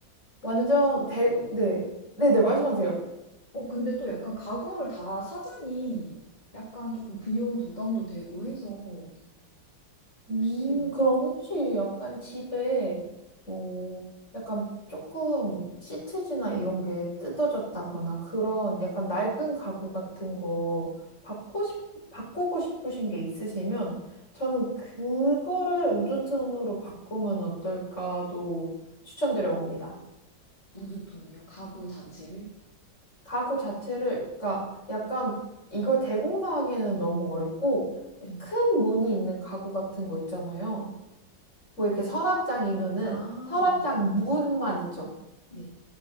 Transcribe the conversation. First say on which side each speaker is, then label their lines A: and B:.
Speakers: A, on the left; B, on the left.
A: 근데
B: 완전
A: 또,
B: 대,
A: 네.
B: 네. 네네, 말씀하세요.
A: 어, 근데 또 약간 가구를 다 사자니 약간 조금 비용 부담도 되고 해서
B: 음,
A: 혹시 뭐
B: 그럼 혹시 약간 집에 뭐, 약간 조금 시트지나 이런 게 뜯어졌다거나 그런 약간 낡은 가구 같은 거 바꾸 싶, 바꾸고 싶으신 게 있으시면 저는 그거를 우드톤으로 바꾸면 어떨까도 추천드려 봅니다.
A: 우드톤이요? 가구 자체를?
B: 가구 자체를, 그러니까 약간 이걸 대공사하기는 너무 어렵고,
A: 네.
B: 큰 문이 있는 가구 같은 거 있잖아요. 뭐 이렇게 서랍장이면은
A: 아,
B: 서랍장
A: 아, 네네.
B: 문만 있죠.
A: 네.